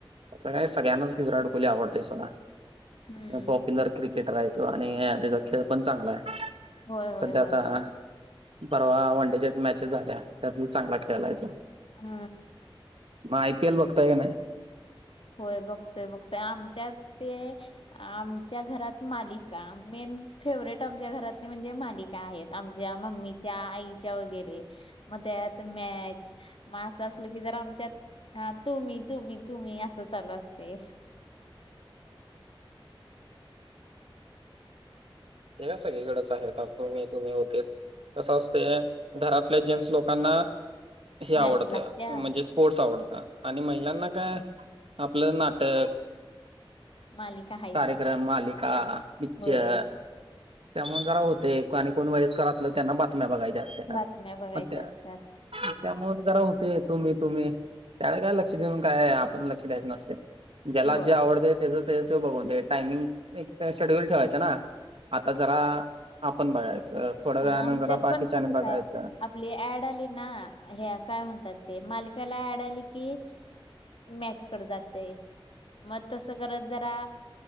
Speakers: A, on the right (about 85°); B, on the left (about 70°).
A: त्याचं काय सगळ्यांनाच विराट कोहली आवडतोय सोडा,
B: हम्म
A: <unintelligible> पॉप्युलर क्रिकेटर आहे त्यो आणि त्याचा खेळ पण चांगला आहे.
B: होय होय
A: सध्या
B: होय
A: आता
B: खूप
A: परवा वनडेच्या मॅचेस झाल्या त्यात बी चांगला खेळलाय तो.
B: ह....
A: मग आय पी एल बघताय काय नाही?
B: होय बघतोय-बघतोय आमच्यात ते आमच्या घरात मालिका मेन फेवरेट आमच्या घरातनी म्हणजे मालि का आहेत आमच्या मम्मीच्या, आईच्या वगैरे मग त्यात मॅच मग असं असलं की जर आमच्यात तू-मी, तू-मी तु-मी असं चालू असतंय.
A: ते काय सगळीकडचं आहे आता तु-मी, तू -मी होतेच. कसं असतयं घरातल्या जेन्ट्स लोकांना हे आवडतं
B: मॅच लागत्या
A: म्हणजे स्पोर्ट्स आवडतं आणि महिलांना काय आपलं नाटक,
B: मालिका हायच
A: कार्यक्रम, मालिका, पिच्चर
B: होय
A: त्यामुळे जरा होतंय आणि कोण वयस्कर असलं त्यांना बातम्या बघायच्या असत्यात
B: बातम्या बघायच्या
A: मग त्या
B: असतात
A: त्यामुळं जरा होतंय तु-मी, तु-मी त्याला काय लक्ष देऊन काय आपण लक्ष द्यायच नसतयं ज्याला
B: होय
A: जे आवडतंय त्याज त्यो बघून दे. टायमिंग एकतर शेड्यूल ठेवायचं ना, आता जरा आपण बघायचं, थोड्या वेळानं
B: आमच्यात
A: जरा बाकीच्यांनी
B: पण तसच
A: बघायचं.
B: आहे आपली ऍड आली ना ह्या काय म्हणतात ते मालिकेला ऍड आली की, मॅचकडं जातयं. म तसं करत जरा